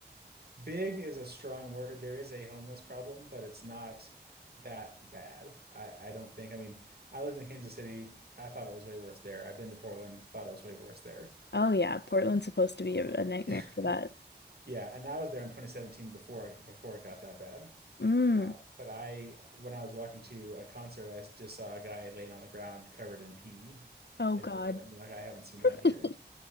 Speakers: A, on the right (about 60°); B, on the left (about 75°).
A: big is a strong word. There is a homeless problem, but it's not that bad. I I don't think. I mean, I lived in Kansas City. I thought it was way worse there. I've been to Portland. Thought it was way worse there.
B: Oh yeah, Portland's
A: Um,
B: supposed to be a, a nightmare
A: <laughs>
B: for that.
A: yeah, and I was there in 2017 before it before it got that bad.
B: Mm.
A: Um, but I, when I was walking to a concert, I just saw a guy laying on the ground covered in pee
B: Oh
A: in
B: God.
A: Portland. Like I haven't seen
B: <laughs>
A: that here.